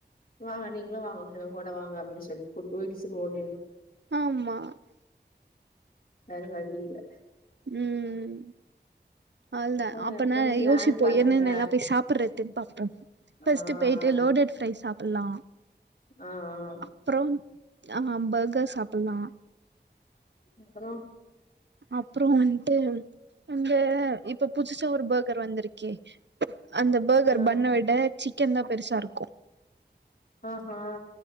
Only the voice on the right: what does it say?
ஆமா
ம் அவ்ள்தா
அப்பனா
யோசிப்போ
என்னென்னலா பேய் சாப் ப்புறதுன் பாப்போ பஸ்ட்டு
பேய்ட்டு
லோடட் ப்ரைஸ் சாப்புல்லா
அப்றோ ஆ பர்ஹர் சாப்புல்லா
அப்றோ வன்ட்டு இங்க இப்ப புதுசா ஒரு பர்ஹர் வந்துருக்கே அந்த பர்ஹர்
பன்ன விட சிக்கன் தா பெருசாருக்கு